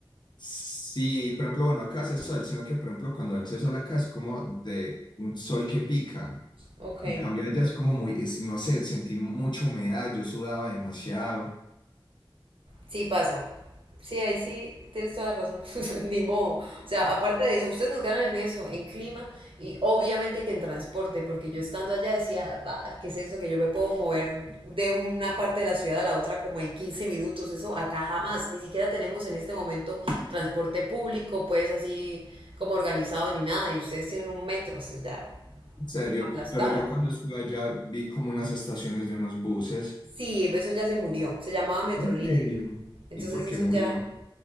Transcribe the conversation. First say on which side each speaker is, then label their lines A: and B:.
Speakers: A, on the left; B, on the right.
A: Sí, por ejemplo, bueno, acá hace sol, sino que por ejemplo cuando hace sol acá es como de un sol que pica.
B: Ok,
A: En cambio allá es como muy, es- no sé, sentí mucha humedad, yo sudaba demasiado.
B: sí pasa. Sí, ahí sí tienes toda la razón. <laughs> Ni modo. O sea, aparte de eso, ustedes nos ganan en eso, en clima y obviamente que en transporte, porque yo estando allá decía, "Bah, ¿qué es esto? Que yo me puedo mover de una parte de la ciudad a la otra como en 15 minutos. Eso acá jamás. Ni siquiera tenemos en este momento transporte público, pues así como organizado ni nada. Y ustedes tienen un metro, o sea, ya
A: En serio,
B: aplastaron.
A: pero yo cuando estuve allá vi como unas estaciones de unos buses.
B: Sí, eso ya se murió, se llamaba Metrolínea.
A: ¿En serio?
B: Entonces
A: ¿Y por qué
B: eso
A: murió?
B: ya,